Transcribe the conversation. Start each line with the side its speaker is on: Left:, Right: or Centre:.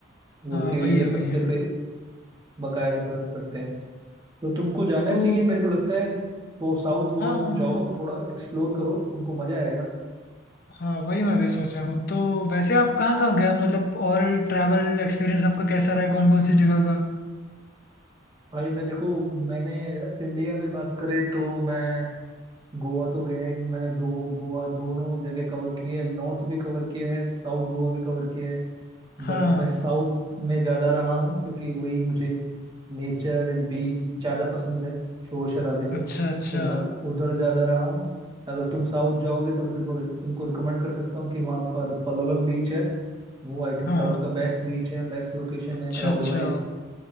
Right: वो
Left: हाँ
Right: केले
Left: वही
Right: के
Left: है
Right: पत्ते
Left: वही है
Right: पे बकायदा सर्व करते हैं तो तुमको जाना
Left: तो
Right: चाहिए मेरे को लगता है तो साउथ गोवा
Left: हाँ
Right: तुम जाओ थोड़ा एक्सप्लोर करो तुमको मजा आएगा
Left: हाँ वही मैं भी सोच रहा हूँ तो वैसे आप कहाँ कहाँ गए हो मतलब और ट्रैवल एक्सपीरियंस आपका कैसा रहा है कौन कौन सी जगह का
Right: भाई मैं देखो मैंने इंडिया में बात करे तो मैं गोवा तो गया ही हूँ मैंने दो गोवा दोनों जगह कवर किए है नॉर्थ भी कवर किया है साउथ गोवा भी कवर किया है
Left: हाँ
Right: बट मैं साउथ में ज्यादा रहा हूँ क्योंकि वही मुझे नेचर एंड पीस ज्यादा पसंद है शोर शराबे से
Left: अच्छा अच्छा
Right: तो मैं उधर ज्यादा रहा हूँ अगर तुम साउथ जाओगे तो मैं तेरे को तुमको रिकमेंड कर सकता हूँ कि वहाँ पर पलोलम बीच है वो आई थिंक
Left: हाँ
Right: साउथ का बेस्ट बीच है बेस्ट लोकेशन
Left: अच्छा
Right: है क्राउड
Left: अच्छा
Right: वाइज